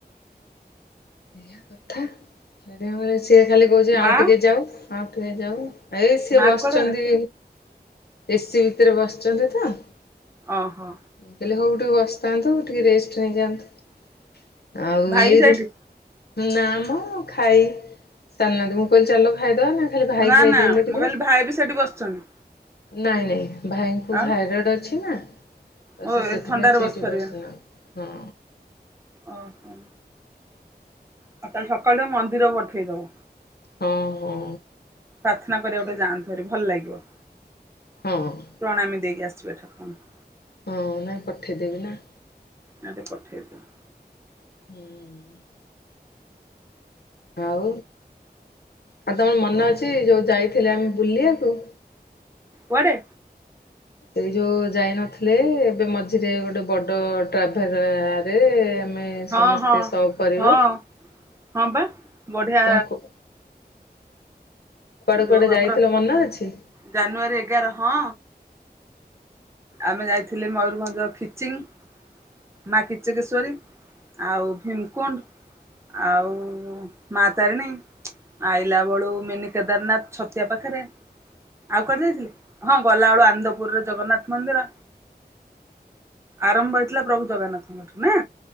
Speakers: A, on the left; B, on the right.
A: ଏଇଆ କଥା ଯଦିଁ କ ସିଏ ଖାଲି କହୁଛି ଆଉ
B: ମା
A: ଟିକେ ଯାଉ ଆଉ ଟିକେ ଯାଉ। ଏଇ ସିଏ
B: ମା
A: ବସିଛନ୍ତି
B: କୁଆଡେ ଗଲା
A: ଏସି ଭିତରେ ବସିଛନ୍ତି ତ।
B: ଓହୋ।
A: କହିଲେ ହଉ ଟିକେ ବସିଥାନ୍ତୁ ଟିକେ ରେଷ୍ଟ ନେଇଯାଆନ୍ତୁ ଆଉ
B: ଭାଇ
A: ଏଇ
B: ବି ସେଇଠି
A: ନା ଆମ ଖାଇ ଚାଲନାହାନ୍ତି ମୁଁ କହିଲି ଚାଲ ଖାଇଦବା ନା ଖାଲି ଭାଇ
B: ନା
A: ଖାଇଦେଲେ
B: ନା
A: ଟିକେ
B: ମୋ କାଲି ଭାଇ ବି ସେଠି ବସିଛନ୍ତି।
A: ନାଇଁ ନାଇଁ ଭାଇଙ୍କୁ
B: ଆଉ
A: ଥାଇରଏଡ ଅଛି ନା ତ
B: ଓ
A: ସେ ସେଥିପାଇଁ
B: ଏ ଥଣ୍ଡାରେ
A: ସେଠି
B: ବସି ପାରିବେନି
A: ବସିନାହାନ୍ତି। ହଁ।
B: ଓହୋ। ଆଉ ତାଲେ ସକାଳୁ ମନ୍ଦିର ପଠେଇ ଦବ
A: ହଁ ହଁ
B: ପ୍ରାର୍ଥନା
A: ପଠେଇଦେବି
B: କରିବା ଗଟେ ଯାଆନ୍ତୁ। ଘରେ ଭଲ ଲାଗିବ।
A: ହଁ ହଁ।
B: ପ୍ରଣାମୀ ଦେଇକି ଆସିବେ ଠାକୁରଙ୍କୁ।
A: ହଁ ନାଇଁ ପଠେଇଦେବି ନା।
B: କାଲି ପଠେଇ ଦଵ।
A: <unintelligible> ଆଉ ଆଉ ତମର ମନ ଅଛି ଯୋଉ ଯାଇଥିଲେ ଆମେ ବୁଲିବାକୁ।
B: କୁଆଡେ?
A: ଏଇ ଯୋଉ ଯାଇ ନଥିଲେ ଏବେ ମଝିରେ ଗୋଟେ ବଡ ଟ୍ରାଭେର ରେ। ଆମେ
B: ହଁ
A: ସମସ୍ତେ
B: ହଁ
A: ସବ ପରିବାର
B: ହଁ ହଁ ବା ବଢିଆ
A: ତମ ହୁଁ କୁଆଡେ
B: ଯୋଉ
A: କୁଆଡେ ଯାଇଥିଲ
B: ଆମର
A: ମନେ ଅଛି?
B: ଜାନୁଆରୀ ଏଗାର ହଁ। ଆମେ ଯାଇଥିଲେ ମୟରଭଞ୍ଜ ଖିଚିଙ୍ଗ। ମା କିଚକେଶ୍ଵରୀ ଆଉ ଭୀମକୁଣ୍ଡ ଆଉ ମା ତାରିଣୀ ଆଇଲା ବେଳୁ ମିନି କେଦାରନାଥ ଛତିଆ ପାଖରେ ଆଉ କୁଆଡେ ଯାଇଥିଲି ହଁ ଗଲାବେେଳୁ ଆନ୍ଦପୁର ଜଗନ୍ନାଥ ମନ୍ଦିର ଆରମ୍ଭ ହେଇଥିଲାଥିଲା ପ୍ରଭୁ ଜଗନ୍ନାଥଙ୍କ ନା